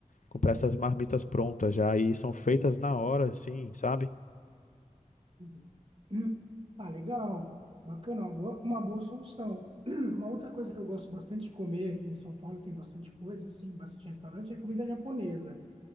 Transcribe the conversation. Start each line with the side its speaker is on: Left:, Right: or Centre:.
Left: comprar essas marmitas prontas já e são feitas na hora, assim, sabe?
Right: <clears throat> Hum. Ah, legal. Bacana, uma boa, uma boa solução. <clears throat> Uma outra coisa que eu gosto bastante de comer e em São Paulo, tem bastante coisa, assim, bastante restaurante, é comida japonesa.